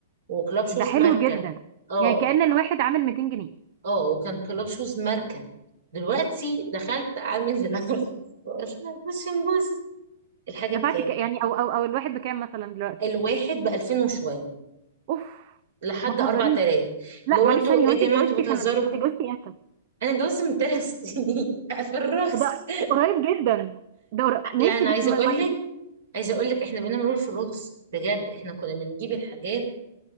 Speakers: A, on the right; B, on the right.
A: وكلاب شوز
B: ده حلو
A: ماركه
B: جدا
A: اه
B: يعني كأن الواحد عامل 200 جنيه
A: اه وكان كلاب شوز ماركه دلوقتي دخلت عامل زي العرض <laughs> وقلنا بص نبص الحاجه
B: دفعتي
A: بكام
B: ك... يعني او او او الواحد بكام مثلا دلوقتي
A: الواحد ب 2000 وشويه
B: اوف
A: لحد
B: ما تهزريش
A: 4000
B: لا
A: اللي هو انتوا
B: معلش ثانيه
A: ايه
B: هو
A: يا
B: انت
A: جماعه
B: اتجوزتي
A: انتوا بتهزروا
B: سنه انت اتجوزتي امتى
A: انا اتجوزت من ثلاث سنين <laughs> في الرخص
B: ده قريب جدا ده قريب. ماشي
A: لا انا
B: بس
A: عايزه
B: ما
A: اقول
B: ما
A: لك عايزه اقول لك احنا بنعمل في الرخص بجد احنا كنا بنجيب الحاجات